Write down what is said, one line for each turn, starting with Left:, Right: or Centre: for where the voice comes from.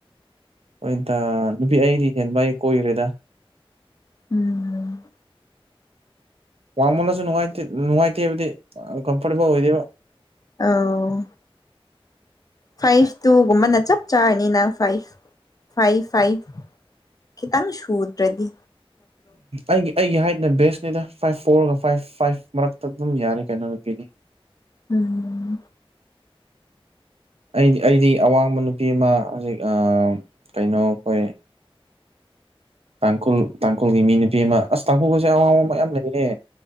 Right: ꯍꯣꯏꯗ ꯅꯨꯄꯤ ꯑꯩꯗꯤ ꯍꯦꯟꯕ ꯑꯩ ꯀꯣꯏꯈꯔꯦꯗ
Left: ꯎꯝꯝ
Right: ꯋꯥꯡꯃꯣꯟꯅꯁꯨ ꯅꯨꯡꯉꯥꯏꯇꯦ ꯅꯨꯡꯉꯥꯏꯇꯦ ꯍꯥꯏꯕꯗꯤ ꯑꯃꯀꯄꯅꯤ ꯄꯣꯏꯗꯤ
Left: ꯑꯧ ꯐꯥꯏꯚ ꯇꯨꯒꯨꯝꯕꯅ ꯆꯞ ꯆꯥꯔꯅꯤꯅꯪ ꯐꯥꯏꯚ ꯐꯥꯏꯚ ꯐꯥꯏꯚ ꯈꯤꯇꯪ ꯁꯨꯗ꯭ꯔꯦꯗꯤ
Right: ꯑꯩꯒꯤ ꯑꯩꯒꯤ ꯍꯥꯏꯠꯅ ꯕꯦꯁꯅꯤꯗ ꯐꯥꯏꯚ ꯐꯣꯔꯒ ꯐꯥꯏꯚ ꯐꯥꯏꯚ ꯃꯔꯛꯇ ꯑꯗꯨꯝ ꯌꯥꯅꯤꯦ ꯀꯥꯏꯅꯣꯒ ꯄꯤꯅꯤ
Left: ꯎꯝ
Right: ꯑꯩꯗꯤ ꯑꯩꯗꯤ ꯑꯋꯥꯡꯕ ꯅꯨꯄꯤ ꯑꯃ ꯍꯧꯖꯤꯛ ꯀꯩꯅꯣ ꯑꯩꯈꯣꯏ ꯇꯥꯡꯈꯣꯜ ꯇꯥꯡꯈꯨꯜꯒꯤ ꯃꯤ ꯅꯨꯄꯤ ꯑꯃ ꯑꯁ ꯇꯥꯡꯈꯨꯜꯒꯁꯦ ꯑꯋꯥꯡ ꯑꯋꯥꯡꯕ ꯌꯥꯝ ꯂꯩꯌꯦ